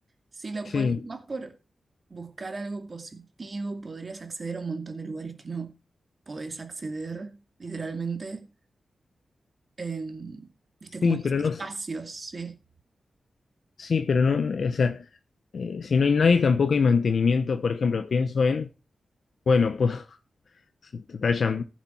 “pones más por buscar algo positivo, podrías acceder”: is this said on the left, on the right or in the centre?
Right